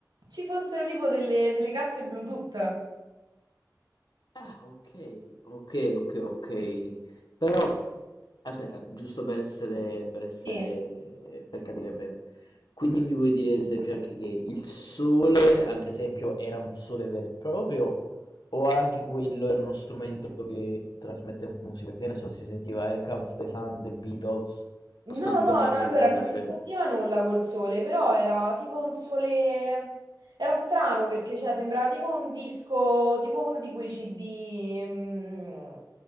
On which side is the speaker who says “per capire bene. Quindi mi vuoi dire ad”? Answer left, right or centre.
Left